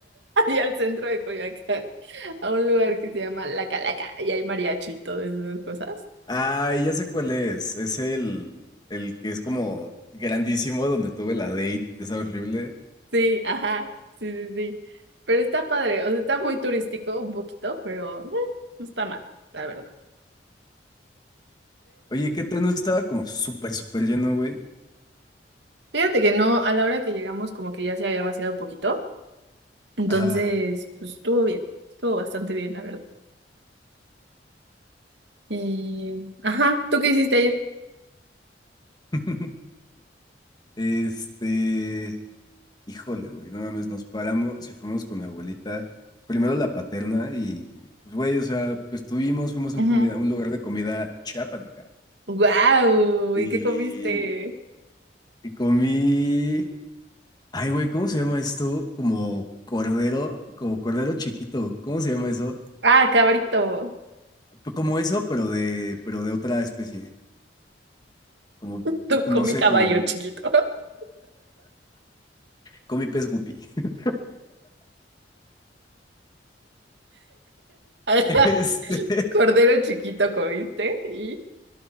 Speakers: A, on the right; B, on the left.
A: allá al centro de Coyoacán, a un lugar que se llama La Calaca y hay mariachi y todas esas cosas.
B: Ah, ya sé cuál es. Es el, el que es como grandísimo donde tuve la date. Es horrible.
A: Sí, ajá, sí, sí, sí. Pero está padre, o sea, está muy turístico un poquito, pero eh, no está mal, la verdad.
B: Oye, ¿qué tal? No estaba como súper, súper lleno, güey.
A: Fíjate que no, a la hora que llegamos como que ya se había vaciado un poquito, entonces
B: Ajá.
A: pues estuvo bien, estuvo bastante bien, la verdad. Y, ajá, ¿tú qué hiciste ayer?
B: ajá. <laughs> Este. Híjole, güey, no mames, nos paramos y fuimos con mi abuelita, primero la paterna y, pues, güey, o sea, pues tuvimos, fuimos a
A: Ajá.
B: un comida, un lugar de comida chiapaneca.
A: guau,
B: Y
A: ¿y qué comiste?
B: comí. Ay, güey, ¿cómo se llama esto? Como cordero, como cordero chiquito. ¿Cómo se llama eso?
A: Ah, cabrito.
B: P- Como eso, pero de, pero de otra especie. Como,
A: Tú
B: no
A: comí
B: sé,
A: caballo
B: como
A: chiquito. <laughs>
B: comí pez guppy. <laughs>
A: Ajá,
B: Este.
A: Cordero chiquito comiste y...